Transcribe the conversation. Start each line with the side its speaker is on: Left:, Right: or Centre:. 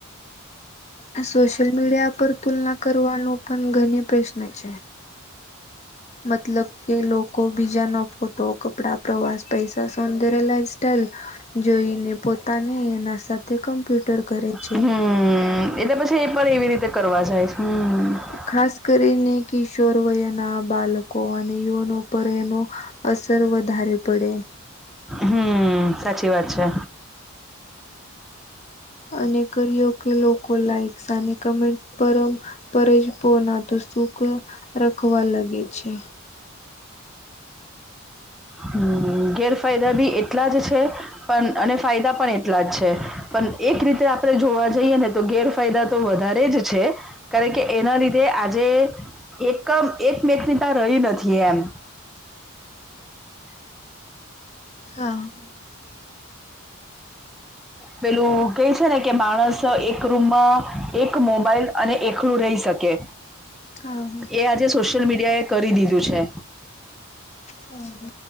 Left: આ સોશિયલ મીડિયા પર તુલના કરવાનો પણ ઘને પ્રશ્ન છે. મતલબ કે લોકો બીજાનો ફોટો, કપડા, પ્રવાસ, પૈસા, સૌંદર્ય, લાઈફ સાઈલ- - જોઈને પોતાને એના સાથે કમ્પ્યુટર કરે- --
Centre: હમ એટલે પછી એ પણ એવી રીતે કરવા જાય હમ- -
Left: ખાસ કરીને કિશોર વયના- - બાળકો અને યુવાનો પર એનો અસર વધારે પડે
Centre: હમ સાચી વાત છે.
Left: અને કર્યો કે લોકો લાઈક્સ અને કમેન્ટ પર પરજ પોના તો સુખ રખવા લાગે છે.
Centre: હમ ગેરફાયદા બી એટલા જ છે. પણ અને ફાયદા પણ એટલા જ છે પણ એક રીતે આપણે જોવા જઈએ ને તો ગેરફાયદા તો વધારે જ છે. કારણ કે એના લીધે આજે એકમ એકમેકનીતા રહી નથી એમ
Left: હા.
Centre: પેલું કઈ છે ને કે માણસ એક રૂમમાં એક મોબાઈલ અને એકલું રહી શકે.
Left: હા.
Centre: એ આજે સોશિયલ મીડિયા એ કરી દીધું છે.
Left: હમ્મ.